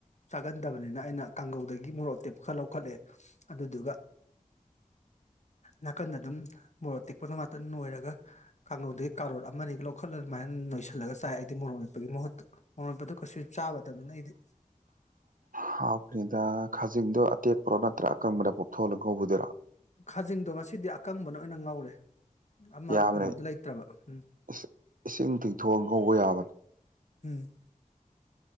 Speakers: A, on the left; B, on the right.
A: ꯆꯥꯒꯟꯗꯕꯅꯤꯅ ꯑꯩꯅ ꯀꯥꯡꯒꯧꯗꯒꯤ ꯃꯣꯔꯣꯛ ꯑꯇꯦꯛꯄ ꯈꯔꯥ ꯂꯧꯈꯠꯂꯦ ꯑꯗꯨꯗꯨꯒ ꯅꯥꯀꯟꯗꯗꯨꯝ ꯃꯣꯔꯣꯛ ꯑꯇꯦꯛꯄꯗꯣ ꯉꯥꯛꯇ ꯅꯣꯏꯔꯒ ꯀꯥꯡꯉꯧꯗꯒꯤ ꯀꯥꯔꯣꯠ ꯑꯃꯅꯤꯒ ꯂꯧꯈꯠꯂ ꯑꯗꯨꯃꯥꯏꯅ ꯅꯣꯏꯁꯤꯜꯂꯒ ꯆꯥꯏ ꯑꯩꯗꯤ ꯃꯣꯔꯣꯟ ꯃꯦꯠꯄꯒꯤ ꯃꯍꯨꯠꯇ ꯃꯣꯔꯣꯛ ꯃꯦꯠꯄꯗꯨ ꯀꯩꯁꯨ ꯆꯥꯗꯕꯅꯤꯅ ꯑꯩꯗꯤ
B: ꯍꯥꯥꯎꯈ꯭ꯔꯦꯗ ꯈꯥꯖꯤꯡꯗꯣ ꯑꯇꯦꯛꯄ꯭ꯔꯣ ꯅꯠꯇ꯭ꯔꯥ ꯑꯀꯪꯕꯗ ꯄꯣꯞꯊꯣꯛ ꯍꯜꯂꯒ ꯉꯧꯕꯗꯨꯔꯣ
A: ꯈꯥꯖꯤꯡꯗꯣ ꯉꯁꯤꯗꯤ ꯑꯀꯪꯕꯅ ꯑꯣꯏꯅ ꯉꯧꯔꯦ ꯑꯃ
B: ꯌꯥꯕꯔꯦ
A: ꯀꯩꯅꯣꯗꯣ ꯂꯩꯇ꯭ꯔꯕ ꯎꯝ
B: ꯏꯁꯤ ꯏꯁꯤꯡ ꯊꯤꯡꯊꯣꯛꯑꯒ ꯉꯧꯕ ꯌꯥꯕꯅꯤ
A: ꯎꯝ